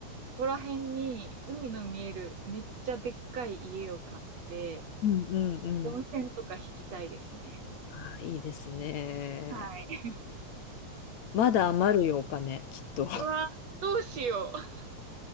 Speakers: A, on the right; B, on the left.
A: ここら辺に海の見えるめっちゃでっかい家を買って、
B: うんうんうん。
A: 温泉とか引きたいですね。
B: ああ、いいですね。
A: はい。
B: まだ余るよ、お金、きっと。
A: うわ、どうしよう。